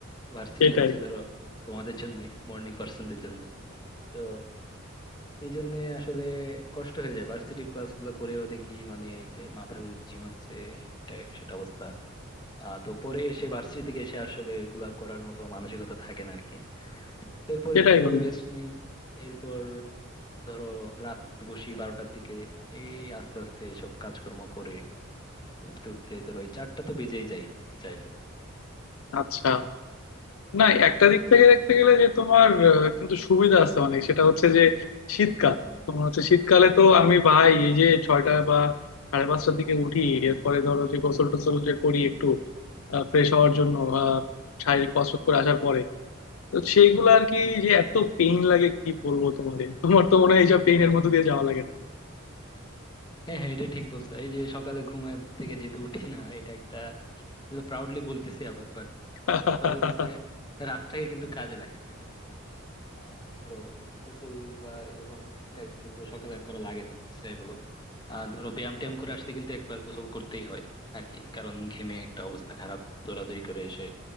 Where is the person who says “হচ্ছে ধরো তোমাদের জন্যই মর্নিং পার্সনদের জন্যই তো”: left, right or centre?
Left